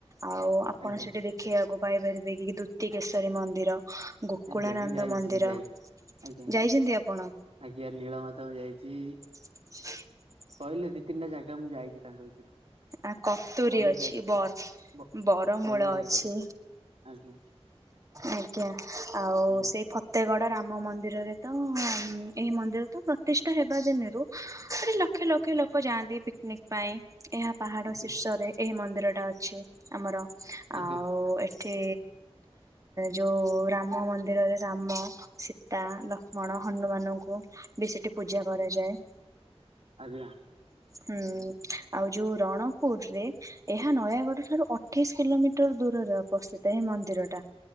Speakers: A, on the right; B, on the right.
A: ଆଉ ଆପଣ
B: ଆଜ୍ଞା
A: ସେଠି ଦେଖିଇବାକୁ ପାଇପାରିବେ କି ଦୁତିକେଶରୀ ମନ୍ଦିର। ଗୋକୁଳାନନ୍ଦ
B: ଆଜ୍ଞା ମୁଁ ଯାଇଛି
A: ମନ୍ଦିର,
B: ଯାଇଛି ଆଜ୍ଞା
A: ଯାଇଛନ୍ତି ଆପଣ?
B: ଆଜ୍ଞା ନୀଳ ମାଧବ୍ ଯାଇଛି।
A: ହ
B: କହିଲେ ଦି ତିନିଟା ଜାଗା ମୁଁ ଯାଇଛି ତାଙ୍କ ଭିତରୁ।
A: ଆ କତୁରୀ
B: ଭଲ
A: ଅଛି
B: ଜାଗା
A: ବର-ବରମୂଳ
B: ବ ଭଲ ଜାଗା
A: ଅଛି।
B: କେ ଆଜ୍ଞା
A: ଆଜ୍ଞା ଆଉ
B: ହୁଁ
A: ସେଇ ଫତେ ବଡ଼ ରାମ ମନ୍ଦିରରେ ତ ଏହି ମନ୍ଦିର ତ ପ୍ରତିଷ୍ଠା ହେବା ଦିନରୁ ଠି ଲକ୍ଷେ ଲକ୍ଷେ ଲୋକ ଯାଆନ୍ତି ପିକନିକ ପାଇଁ ଏହା ପାହାଡ
B: ଆଜ୍ଞା
A: ଶୀର୍ଷରେ ଏହି ମନ୍ଦିର ଅଛି ଆମର
B: ଆଜ୍ଞା
A: ଆଉ ଏ ଏଠି ଯୋଉ ରାମ ମନ୍ଦିରରେ ରାମ, ସୀତା, ଲକ୍ଷ୍ମଣ ହନୁମାନଙ୍କୁ ବି ସେଠି ପୂଜା କରାଯାଏ।
B: ଆଜ୍ଞା
A: ହୁଁ। ଆଉ ଯୋଉ ରଣପୁର ରେ ଏହା ନୟାଗଡ ଠାରୁ ଅଠେଇଶି କିଲୋମିଟର ଦୂରରେ ଅବସ୍ଥିତ, ହେ ମନ୍ଦିର ଟା